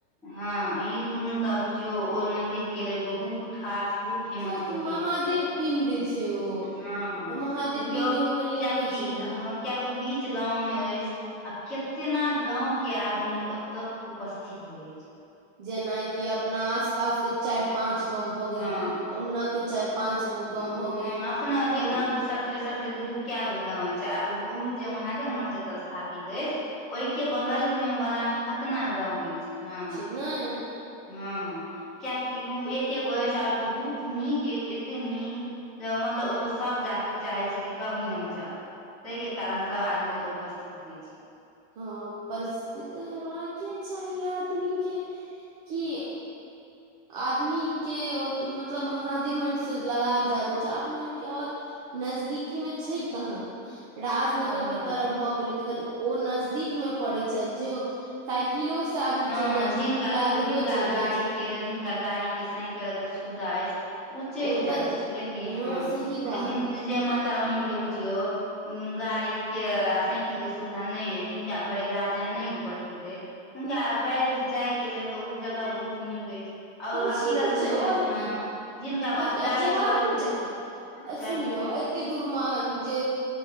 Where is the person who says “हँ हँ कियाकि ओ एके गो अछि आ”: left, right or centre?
Centre